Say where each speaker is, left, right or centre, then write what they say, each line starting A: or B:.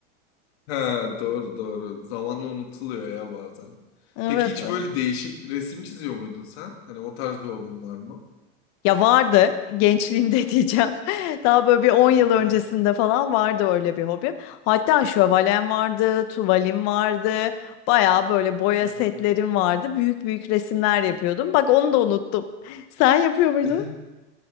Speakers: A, on the left; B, on the left.
A: Ha, doğru doğru. Zamanla unutuluyor ya bazen.
B: Evet,
A: Peki hiç
B: evet.
A: böyle değişik resim çiziyor muydun sen? Hani o tarz bir hobin var mı?
B: Ya vardı gençliğimde <laughs> diyeceğim. Daha böyle bir on yıl
A: Aha.
B: öncesinde falan vardı öyle bir hobim. Hatta şövalem vardı, tuvalim vardı. Baya böyle boya
A: Aha.
B: setlerim vardı. Büyük büyük resimler yapıyordum. Bak onu da unuttum. <laughs> Sen yapıyor muydun?
A: <laughs>